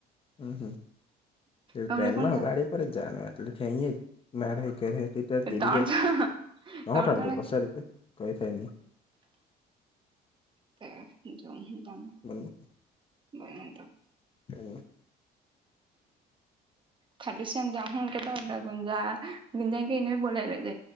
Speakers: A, on the left (about 35°); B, on the right (about 30°).
A: હમ હમ
B: હમડે
A: ટ્રેનમાં
B: કોણ
A: હો
B: જાહે
A: ગાડી પર જ જનું હો તો જ ના રહે કે તેટ્યારે ધરિક
B: ત્રણ જણા
A: ઘઉ
B: ત્રણ
A: થા
B: જણા
A: થ બસડ તો કઈ થાય નહી
B: તે જો તનું <unintelligible>
A: બમ <unintelligible>
B: બને તો.
A: એ.
B: ખાટુ શ્યામ હ કેતાડા ગુંજા બજ એને બોલા લ જ